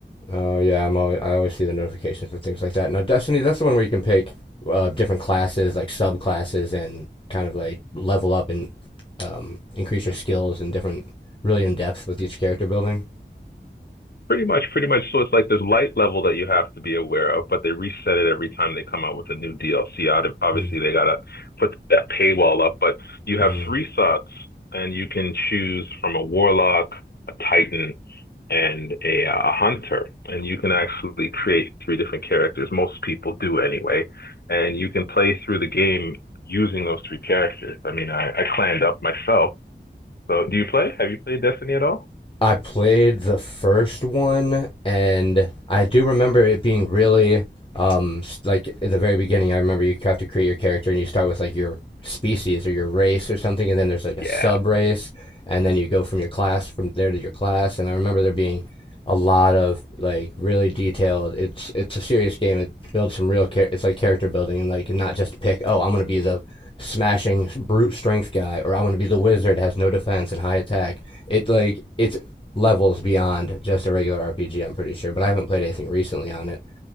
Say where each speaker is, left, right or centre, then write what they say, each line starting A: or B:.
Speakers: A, on the left (about 30°); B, on the left (about 60°).
A: Oh yeah, I'm always I always see the notifications for things like that. Now, Destiny, that's the one where you can pick uh, different classes, like subclasses, and kind of like level up and um, increase your skills and different, really in depth with each character building.
B: Pretty much, pretty much. So it's like this light level that you have to be aware of, but they reset it every time they come out with a new DLC. Out of, obviously
A: Mm,
B: they gotta put that paywall up, but you have
A: mm.
B: three slots, and you can choose from a warlock, a titan, and a, uh, a hunter, and you can actually create three different characters. Most people do anyway, and you can play through the game using those three characters. I mean, I, I clanned up myself. So, do you play? Have you played Destiny at all?
A: I played the first one, and I do remember it being really um like in the very beginning. I remember you have to create your character, and you start with like your species or your race or something, and then there's like a
B: Yeah,
A: sub race, and then you go from your class from there to your class. And I remember there being a lot of like really detailed. It's it's a serious game. It builds some real char- it's like character building, and like not just pick. Oh, I'm gonna be the smashing brute strength guy, or I'm gonna be the wizard has no defense and high attack it like it's levels beyond just a regular RPG. I'm pretty sure, but I haven't played anything recently on it.